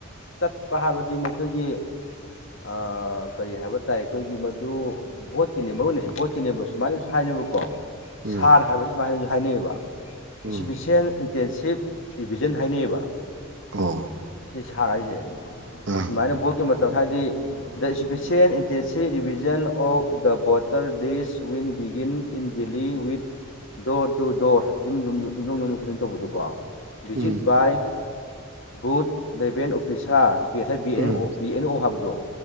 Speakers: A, on the left (about 65°); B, on the right (about 60°).
A: ꯆꯠꯄ ꯍꯥꯏꯕꯗꯤ ꯃꯈꯣꯏꯒꯤ ꯑꯥ ꯀꯔꯤ ꯍꯥꯏꯕ ꯇꯥꯏ ꯑꯩꯈꯣꯏꯒꯤ ꯃꯗꯨ ꯕꯣꯠꯀꯤꯅꯦ ꯃꯔꯨ ꯑꯣꯏꯅ ꯁꯤ ꯕꯣꯠꯀꯤꯅꯦꯕ ꯁꯨꯃꯥꯏꯅꯁꯨ ꯍꯥꯏꯅꯦꯕꯀꯣ꯫ ꯁꯥꯔ
B: ꯎꯝ
A: ꯍꯥꯏꯕꯗꯨ ꯁꯨꯃꯥꯏꯅꯁꯨ ꯍꯥꯏꯅꯩꯌꯦꯕ
B: ꯎꯝ
A: ꯏꯁꯤꯕꯤꯆꯦꯟ ꯏꯟꯇꯦꯟꯁꯤꯞ ꯔꯤꯕꯤꯖꯟ ꯍꯥꯏꯅꯩꯌꯦꯕ꯫
B: ꯑꯣ꯫
A: ꯁꯤ ꯁꯥꯔ ꯍꯥꯏꯁꯦ
B: ꯑꯥ
A: ꯁꯨꯃꯥꯏꯅ ꯚꯣꯠꯀꯤ ꯃꯇꯝ ꯍꯥꯏꯗꯤ the special intensive revision of the voter list will begin in Delhi with door to door ꯌꯨꯝ ꯌꯨ ꯌꯨꯝꯊꯣꯡ ꯌꯨꯝꯊꯣꯡ ꯈꯨꯗꯤꯡ ꯇꯧꯕꯗꯨꯀꯣ꯫ Visit
B: um
A: by good level officer B A
B: um
A: B and O ꯄꯗꫭ